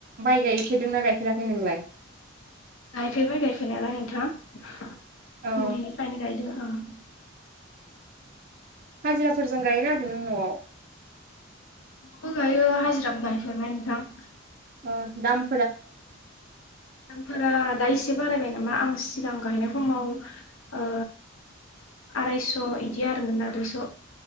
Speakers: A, on the right (about 45°); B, on the left (about 85°).
A: माइ गायफेरदोंना गायफेराखै नोंलाय
B: गायफेरबाय गायफेरनायालाय नोंथां उनदैनिफ्रायनो
A: औ
B: गायदो अं
A: हाजिराफोरजों गाय ना ओरैनो न'आव
B: बो गायो हाजिराबो गायफेरबाय नोंथां
A: अ दाम
B: दामफोरा दा एसे बारायबाय जेनबा आं सिगां गायनाय समाव ओ आरायस' इदि आरोमोनना दुइस'